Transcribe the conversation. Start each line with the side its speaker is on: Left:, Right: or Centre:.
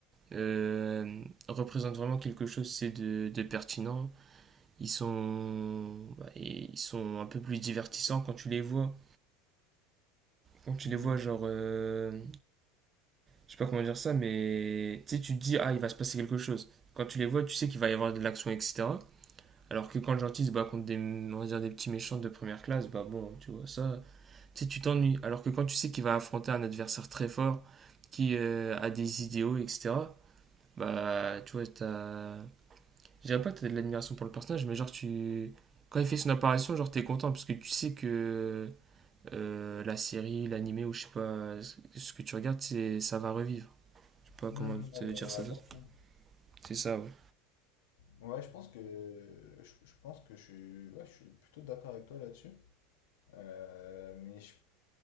Right: euh, représentent vraiment quelque chose, c'est de, de pertinent. Ils sont, bah, ils sont un peu plus divertissants quand tu les vois. Quand tu
Left: Hmm.
Right: les vois, genre, euh, je sais pas comment dire ça, mais tu sais, tu te dis, ah, il va se passer quelque chose. Quand tu les vois, tu sais qu'il va y avoir de l'action, etc. Alors que quand le gentil se bat contre des, on va dire, des petits méchants de première classe, bah bon, tu vois, ça, tu sais, tu t'ennuies. Alors que quand tu sais qu'il va affronter un adversaire très fort, qui euh, a des idéaux, etc., bah, tu vois, t'as. Je dirais pas que t'as de l'admiration pour le personnage, mais genre, tu. Quand il fait son apparition, genre, t'es content, parce que tu sais que euh, la série, l'animé, ou je sais pas, ce que tu regardes, c'est ça va revivre. Je sais pas
Left: Hmm,
Right: comment
Left: ouais,
Right: te dire
Left: il va y avoir
Right: ça d'autre.
Left: de l'action.
Right: C'est ça, ouais.
Left: Ouais, je pense que je, je pense que je suis ouais, je suis plutôt d'accord avec toi là-dessus. Euh, mais je-